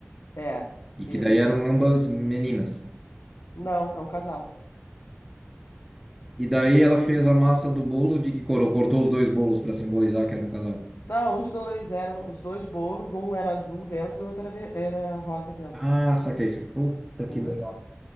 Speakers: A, on the left; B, in the centre.
A: É,
B: E
A: isso.
B: que daí eram ambas meninas.
A: Não, é um casal.
B: E daí ela fez a massa do bolo de que cor? Ela Cortou os dois bolos para simbolizar que era um casal.
A: Não, os dois eram os dois bolos, um era azul dentro e o outro era, ver- era rosa dentro.
B: Ah, saquei isso. Puta que
A: Entendeu?
B: legal.